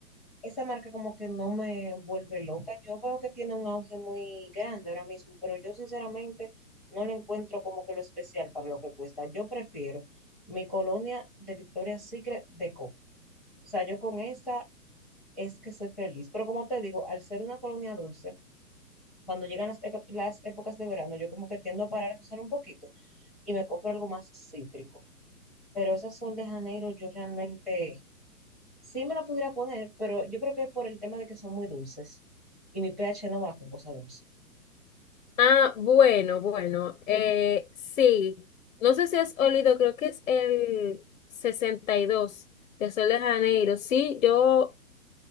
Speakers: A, in the centre; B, on the left.
A: esa marca como que no me vuelve loca. Yo veo que tiene un auge muy grande ahora mismo, pero yo sinceramente no le encuentro como que lo especial para lo que cuesta. Yo prefiero mi colonia de Victoria's Secret de coco. O sea, yo con esa es que soy feliz. Pero como te digo, al ser una colonia dulce, cuando llegan las, eca- las épocas de verano, yo como que tiendo a parar de usar un poquito y me compro algo más cítrico. Pero esas Sol de Janeiro, yo realmente Sí me la pudiera poner, pero yo creo que por el tema de que son muy dulces y mi pH no va con cosas dulces.
B: Ah, bueno, bueno. eh, sí. No sé si has olido, creo que es el 62 de Sol de Janeiro. Sí, yo